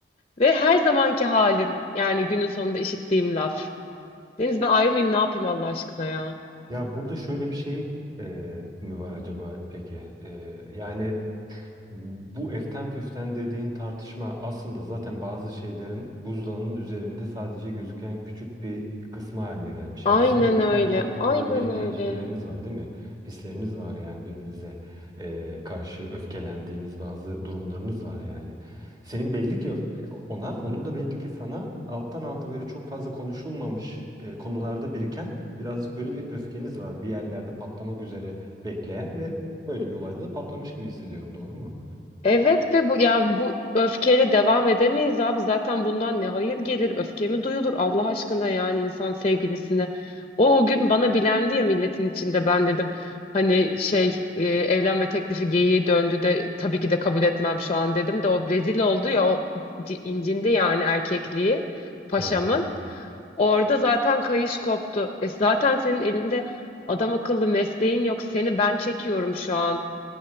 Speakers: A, on the left (about 35°); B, on the right (about 25°).
A: ve her zamanki halin yani günün sonunda işittiğim laf. Deniz ben ayrılmayayım ne yapayım Allah aşkına ya.
B: Ya burada şöyle bir şey e, mi var acaba peki? E, yani Bu eften püften dediğin tartışma aslında zaten bazı şeylerin buzdağının üzerinde sadece gözüken küçük bir kısmı haline gelmiş.
A: Aynen
B: Yani sizin zaten
A: öyle.
B: çoktandır
A: Aynen
B: biriken
A: öyle.
B: şeyleriniz var değil mi? Hisleriniz var yani birbirinize eee, karşı öfkelendiğiniz bazı durumlarınız var yani. Senin belli ki ona, onun da belli ki sana alttan alta böyle çok fazla konuşulmamış eee, konularda biriken birazcık böyle bir öfkeniz var. Bir yerlerde patlamak üzere bekleyen ve böyle bir olayda da patlamış gibi hissediyorum. Doğru mu?
A: Evet ve bu ya bu öfkeyle devam edemeyiz abi. Zaten bundan ne hayır gelir? Öfke mi duyulur? Allah aşkına yani insan sevgilisine. O, o gün bana bilendi ya milletin içinde ben dedim. Hani şey e, evlenme teklifi geyiği döndü de tabii ki de kabul etmem şu an dedim de o rezil oldu ya o c- incindi yani erkekliği paşamın.
B: Evet.
A: Orada zaten kayış koptu. E zaten senin elinde Adam akıllı mesleğin yok. Seni ben çekiyorum şu an.